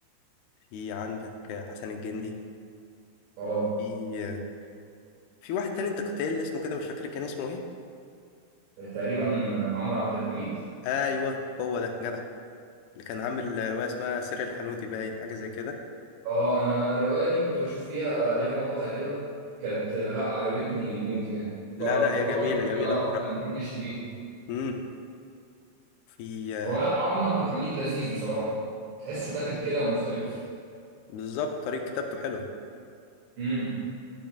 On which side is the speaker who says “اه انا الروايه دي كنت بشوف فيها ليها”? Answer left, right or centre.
Right